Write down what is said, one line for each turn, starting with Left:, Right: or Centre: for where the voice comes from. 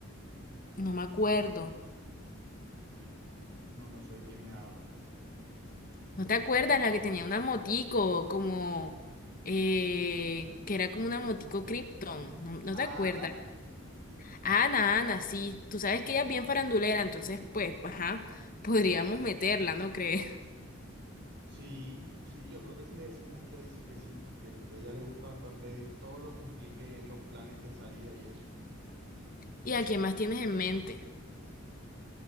Left: no me acuerdo.
Right: No, no sé de quién me habla.
Left: ¿No te acuerdas? La que tenía una motico, como, eh, que era como una motico Krypton, ¿no, no
Right: ¿A
Left: te acuerdas?
Right: Ana?
Left: Ana, Ana, sí, tú sabes que ella es bien farandulera, entonces pues, ajá, podríamos meterla, ¿no crees? <laughs>
Right: Sí, sí, yo creo que si le decimos, ella dice que sí, porque a ella le gusta bastante todo lo que implique los planes de salida y eso.
Left: ¿Y a quién más tienes en mente?